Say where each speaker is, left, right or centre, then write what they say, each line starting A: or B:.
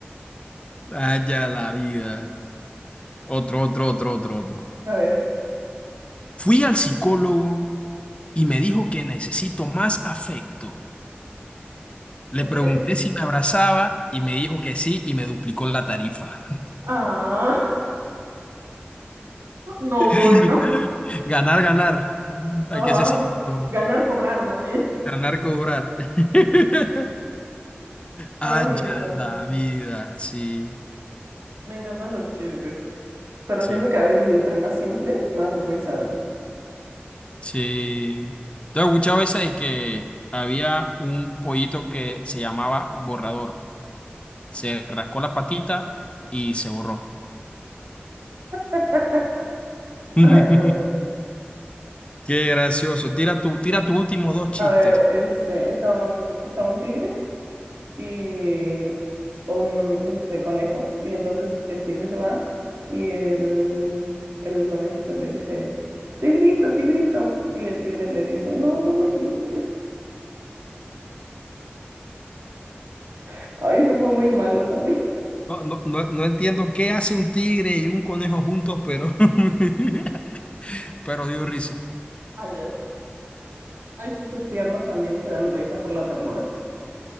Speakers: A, on the left; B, on the right.
A: Allá la vida. Otro, otro, otro, otro, otro.
B: A ver,
A: Fui al psicólogo y me dijo que necesito más afecto. Le
B: ok.
A: pregunté si me abrazaba y me dijo que sí y me duplicó la tarifa.
B: Ah, <laughs> no, bueno.
A: <laughs> Ganar, ganar. Mm,
B: Ajá.
A: Hay que ser cínico.
B: Ganar, cobrar, más bien.
A: Ganar, cobrar. <laughs>
B: Ay,
A: Allá
B: no.
A: la vida. Sí,
B: Me encantan los chistes. Pero
A: sí,
B: siento que a veces, y entre más simples, más risa dan.
A: sí. Te he escuchado esa y que había un pollito que se llamaba borrador. Se rascó la patita y se borró.
B: <laughs>
A: <laughs>
B: Ay, no.
A: Qué gracioso. Tira tu, tira tus últimos dos chistes.
B: A ver, este, estaba un, estaba un tigre. y o un este conejo. Y entonces el tigre se va y el, el conejito le dice, Tigrito, tigrito. Y el tigre le dice, no, no me grites. <laughs> Ay, se fue muy malo también.
A: No, no, no, no entiendo qué hace un tigre y un conejo juntos, pero, <laughs> pero dio risa.
B: <laughs> Ay, ya sé. Hay chistes tiernos también que dan risa por la ternura.